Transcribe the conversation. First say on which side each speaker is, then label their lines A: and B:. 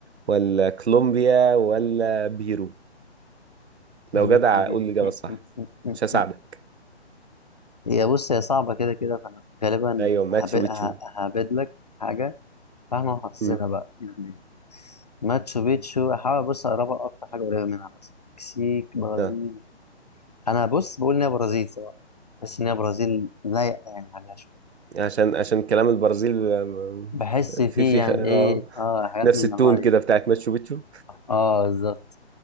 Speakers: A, on the right; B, on the left.
A: ولا كولومبيا ولا بيرو؟
B: <laughs>
A: لو جدع قول لي الإجابة الصح مش هساعدك
B: هي بص هي صعبة كده كده فأنا غالبا
A: أيوه
B: هب-
A: ماتشو
B: ه-
A: بيتشو
B: ههبد لك حاجة فاحنا حافظينها
A: مم.
B: بقى يعني ماتشو بيتشو أحاول بص أقربها أكتر حاجة قريبة منها مثلا مكسيك برازيل
A: آه.
B: أنا بص بقول إن هي برازيل صراحة بحس إن هي برازيل لايقة يعني عليها شوية
A: عشان عشان كلام البرازيل آم،
B: بحس فيه
A: في في
B: يعني
A: خ- اه
B: إيه آه حاجات
A: نفس
B: من الأنواع
A: التون كده
B: دي
A: بتاعت ماتشو بيتشو
B: آه بالظبط